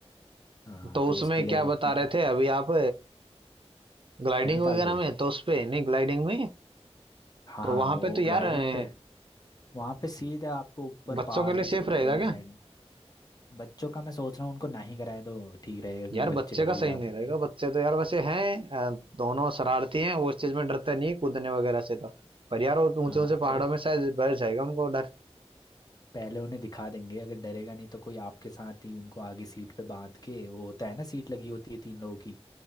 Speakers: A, on the left; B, on the right.
A: हाँ
B: तो
A: तो
B: उसमें
A: उसके लिए
B: क्या
A: वो अपने-
B: बता रहे थे अभी आप ग्लाइडिंग
A: नैनीताल
B: वगैरह
A: पे
B: में तो उसपे नहीं ग्लाइडिंग में
A: हाँ
B: तो
A: हाँ
B: वहां
A: वो
B: पे तो यार
A: ग्लाइडिंग
B: अ,
A: पे वहाँ पे सीधा आपको ऊपर
B: बच्चों
A: पहाड़
B: के लिए
A: की चोटी
B: सेफ रहेगा
A: पे ले
B: क्या
A: जाएंगे। बच्चों का मैं सोच रहा हूँ उनको ना ही कराए तो ठीक रहेगा क्योंकि
B: यार बच्चे
A: बच्चे डर
B: का
A: भी
B: सही
A: जाते
B: नहीं रहेगा
A: हैं ना।
B: बच्चे तो यार वैसे हैं अ,
A: हम्म।
B: दोनों शरारती हैं वो इस चीज में डरते नहीं कूदने वगैरह से तो पर यार वो ऊंचे
A: हाँ
B: ऊंचे
A: अगर
B: पहाड़ों में शायद बैठ जाएगा उनको डर
A: पहले उन्हें दिखा देंगे अगर डरेगा नहीं तो कोई आपके साथ ही उनको आगे सीट पे बांध के वो होता है ना सीट लगी होती है तीन लोगों की